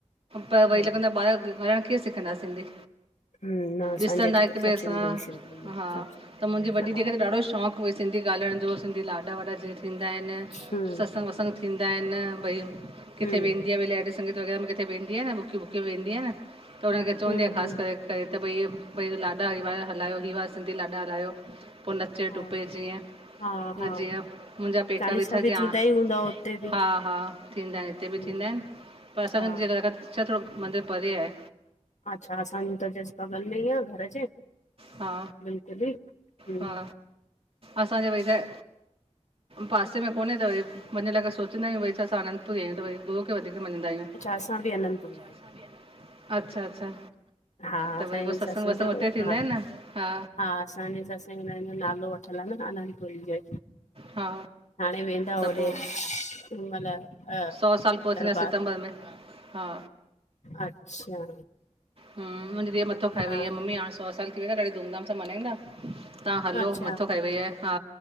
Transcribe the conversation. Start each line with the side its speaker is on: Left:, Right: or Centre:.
Right: पर
Left: हा
Right: वरी लॻंदो आहे ॿार ॻाल्हाइणु कीअं सिखंदा सिंधी।
Left: हम्म न असांजे
Right: ॾिसंदा
Left: हिते
Right: हिकु
Left: त सभु
Right: ॿिए
Left: सिंधी
Right: सां।
Left: सिंधी आहिनि
Right: हा,
Left: सभु सिंधी
Right: त मुंहिंजे
Left: आहिनि
Right: वॾी
Left: हा
Right: धीय खे त ॾाढो शौंक़ु कोई सिंधी ॻाल्हाइण जो, सिधी लाॾा वाॾा जे थींदा आहिनि,
Left: हम्म
Right: सत्संग वतसंग थींदा आहिनि, भई किथे
Left: हम्म
Right: वेंदी आ भई लैडी संगीत वग़ैरह में किथे किथे वेंदी आ न, बुकी बुकी वेंदी आहे न, त हुनखे चवंदी
Left: हम्म
Right: आहे
Left: हम्म
Right: ख़ासि
Left: हम्म,
Right: करे तॾे त भई भई लाॾा हिवारा हलायो ही वरा सिंधी लाॾा हलायो। पोइ नचे
Left: हा
Right: टुपे जीअं
Left: हा हा
Right: जीअं मुंहिंजा पेका
Left: चालीसा
Right: बि छा जी, ह
Left: थींदा ई हूंदा हुते बि
Right: हा हा थींदा आहिनि हिते
Left: हम्म,
Right: बि थींदा आहिनि पर असांगजे
Left: हा
Right: घर खां छा थोरो मंदिर परे आहे।
Left: अच्छा, असांजो त जस्ट बॻल में ई आ घर जे।
Right: हा
Left: बिल्कुल ही हम
Right: हा असांजे भई त पासे में कोने त वरी वञण लाइ सोचंदा आहियूं वरी छा असां आनंदपुरी आहियूं त वरी गुरू खे वधीक मञंदा आहियूं अच्छा
Left: असां बि अनंदपुरी आहियूं
Right: असां ॿि अन, अच्छा अच्छा।
Left: हा
Right: त
Left: असांजी
Right: भरी पोइ
Left: ससु
Right: सत्संग वसंग
Left: जो
Right: उते थींदा
Left: हा
Right: आहिनि न, हा।
Left: हा असांजे ससंघ में हिन जो नालो वठलु आहे न आनंदपुरी जे
Right: हा
Left: हाणे वेंदा होॾे
Right: त पोइ
Left: उ महिल दरबार।
Right: सौ साल पूरा थींदा सितंबर में हा
Left: अच्छा
Right: हम <unintelligible> मथो
Left: न
Right: खाई वेई आहे ममी हाणे सौ साल थी वियो त ॾाढ धूम धाम सां मन्नाईंदा। तव्हां हलो,
Left: अच्छा
Right: मथो खाई वेई आहे। हा